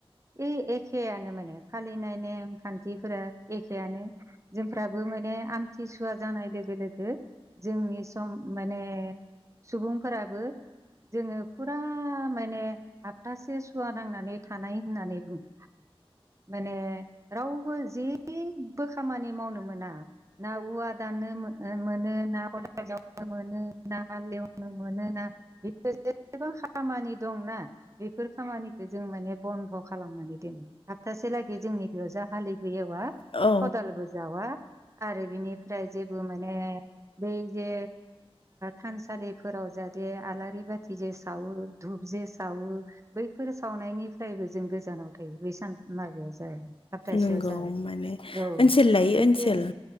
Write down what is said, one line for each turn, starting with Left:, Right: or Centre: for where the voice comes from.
Right: ए एखेयानो माने फालिनाय नेम खान्थिफोरा एखेयानो जोंफ्राबो माने आं आथिसुवा जानाय लोगो लोगो जोंनि सम माने सुबुंफोराबो जोङो फुरा माने हप्थासे सुवा नांनानै थानाय होननानै बुङो माने रावबो जेबो खामानि मावनो मोना। ना औवा दाननो मोनो ना खावनो मोनो। नागाल एवनो मोनो ना बिदि जेसेबां खामानि दंना बेफोर खामानि जों माने बन्द' खालामनानै दोनो सबथासे लागै जोंनि बेयाव जा हालिबो एवा
Left: औ
Right: खदालबो
Left: औ
Right: जावा आरो बिनिफ्राय जेबो माने बै जे थानसालिफोराव जाहाथे आलारि बाथि जे सावो धुप जे सावो बैफोर सावनायनिफ्रायबो जों गोजानाव थायो बै सान माबाया जाया। सप्तासेआव
Left: नंगौ
Right: जा
Left: माने
Right: औ
Left: ओनसोल लायै
Right: जि
Left: ओनसोल
Right: दिन